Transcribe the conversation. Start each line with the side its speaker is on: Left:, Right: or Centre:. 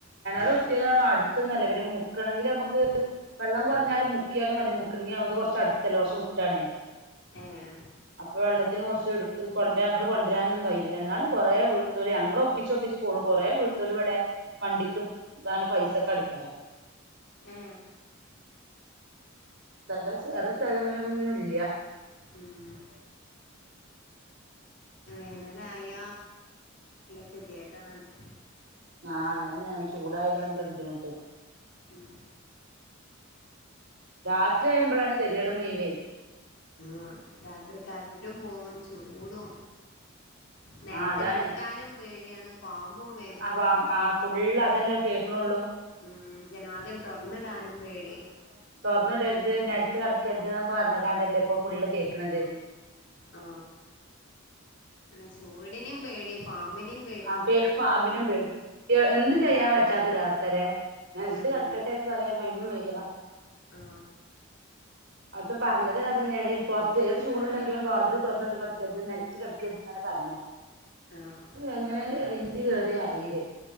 Left: ആ
Right: കുത്തിയതാണ് അടുത്തൊന്നല്ല പിന്നെ മുക്കണെങ്കിൽ നമുക്ക് വെള്ളം കുറഞ്ഞാലും മുക്കിയാലും മതി മുക്കണത് കുറച്ച് അടുത്തല്ല കുറ വിട്ടാണ്
Left: ഏ
Right: അപ്പൊ വെള്ളത്തിന് കുറച്ച് എടു കൊണ്ട അങ്ങോട്ട കൊണ്ടുവരാനൊന്നും കഴിയുല്ല എന്നാലുംകുറേ വീട്ട തോലി ഞങ്ങ ഒപ്പിച്ചൊപ്പിച്ച് പോണ് കൊറേ വീട്ടല് ഇവിടെ വണ്ടിക്ക് ങ്ങനെ പൈസ ഒക്കെ അടിക്കണു
Left: ഏ
Right: സ്ഥല ചെറ സ്ഥലങ്ങളൊന്നുംല്ല
Left: ഉം എന്തെലും ആയ വല്യയഗതികേടാണ് അത്
Right: ആഹ് അങ്ങനെന്നെ ചൂടായതാണ് ബുദ്ധിമുട്ട്
Left: ഉം
Right: രാത്രിയാമ്പോഴാണ് കരിയാട മുവേ
Left: ആഹ് രാത്രി കററ്റും പോകും ചൂടും നിലത്ത്
Right: ആഹ് അതാണ്
Left: കിടക്കാനും പേടിയാണ് പാമ്പും വ
Right: അപ്പൊ ആ ഫുള്ള് അതന്നെ കേൾക്കണുള്ളു
Left: ഉം ജനവാതിൽ തുറന്നിടാനും പേടി
Right: തുറന്ന് ഇടരുത് നിലത്ത് കിടക്കരുത് എന്നൊക്കെ പറഞ്ഞ കാണ്ടല്ലേ ഇപ്പൊ ഫുള്ള് കേൾക്കണത്
Left: ആ പിന്നെ ചൂടിനേയും പേടി പാമ്പിനേയും
Right: ആ പേരു പാമ്പിനെ പേടി എഎന്തും ചെയ്യാൻ പറ്റാത്തൊരവസ്ഥരെ നെൽത്ത്
Left: ഉം
Right: കട ക്കട്ടെന്ന് പറയാ അയിനും വയ്യ
Left: ആ
Right: അവ്ടത്തെ പറഞ്ഞതന്നെ അതന്നെണ് പൊറത്ത് ഏത് ചൂടുണ്ടെങ്കിലും വാതില് തൊറാന്ന്ട്ട് കടക്കര്ത് നെൽത്ത് കടക്കരുത് ന്നല്ലേ പറീണേ
Left: ആഹ്
Right: എങ്ങനെ ഇൻട്ട് കേറിയ അറിലേ